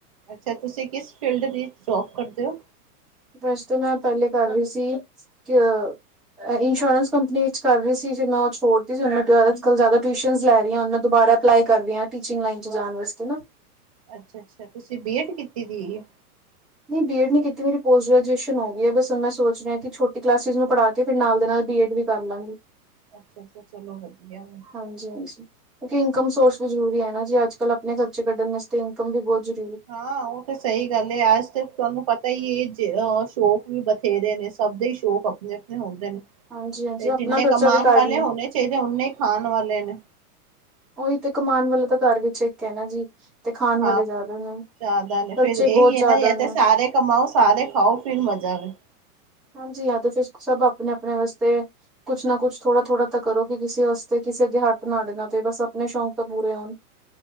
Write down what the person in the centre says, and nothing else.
ਵੈਸ ਤਾਂ ਮੈਂ ਪਹਿਲੇ ਕਰ ਰਹੀ ਸੀ ਕਿ ਅ- ਇੰਸ਼ੋਰੈਂਸ ਕੰਪਨੀ ਵਿੱਚ ਕਰ ਰਹੀ ਸੀ ਜੇ ਮੈਂ ਉਹ ਛੋੜਦੀ ਸੀ ਹੁਣ ਮੈ ਟ੍ਰੈ੍ਵਲ ਕੋਲ੍ਹ ਜ਼ਿਆਦਾ ਟਿਊਸ਼ਨਾਂ ਲੈ ਰਹੀ ਦੁਬਾਰਾ ਅਪਲਾਈ ਕਰ ਰਹੀ ਟੀਚਿੰਗ ਲਾਈਨ ਚ ਜਾਣ ਵਾਸਤੇ ਨਾ
ਨਹੀਂ ਬੀ ਐਡ ਨੀ ਕੀਤੀ ਮੇਰੀ ਪੋਸਟ ਗ੍ਰੈਜੂਏਸ਼ਨ ਹੋਈ ਹੈ ਬਸ ਮੈਂ ਸੋਚ ਰਿਹਾ ਕਿ ਛੋਟੀ ਕਲਾਸਿਸ ਨੂੰ ਪੜ੍ਹਾ ਕੇ ਫਿਰ ਨਾਲ ਦੇ ਨਾਲ ਬੀ ਐਡ ਵੀ ਕਰ ਲਾਂਗੀ
ਹਾਂਜੀ-ਹਾਂਜੀ। ਜੀ ਇਨਕਮ ਸੋਰਸ ਵੀ ਜਰੂਰੀ ਹੈ ਨਾ ਜੀ ਅੱਜ ਕੱਲ ਆਪਣੇ ਖਰਚੇ ਕੱਢ ਵਾਸ ਇਨਕਮ ਵੀ ਬਹੁਤ ਜਰੂਰ
ਹਾਂਜੀ ਹਾਂਜੀ
ਆਪਣਾ
ਖਰਚਾ
ਵੀ ਕੱਢ
ਲੈ
ਉਹੀ ਤੇ ਕਮਾਨ ਵਾਲਾ ਤਾਂ ਘੱਰ ਵਿੱਚ ਇੱਕ ਐ ਨਾ ਜੀ ਤੇ ਖਾਣ
ਵਾਲੇ
ਜ਼ਿਆਦਾ
ਨੇ
ਖਰਚੇ
ਬਹੁਤ
ਜ਼ਿਆਦਾ
ਨੇ
ਹਾਂਜੀ ਹਾਂ ਤੇ ਫਿਰ ਸਭ ਆਪਣੇ-ਆਪਣੇ ਵਾਸਤੇ ਕੁਛ ਨਾ ਕੁਛ ਥੋੜਾ-ਥੋੜਾ ਤਾਂ ਕਰੋਗੇ ਕਿਸੇ ਵਾਸਤੇ ਕਿਸੇ ਅੱਗੇ ਹੱਥ ਨਾ ਅਡਨਾ ਪਏ ਬਸ ਆਪਣੇ ਸ਼ੌਂਕ ਤਾਂ ਪੂਰੇ ਹੋਣ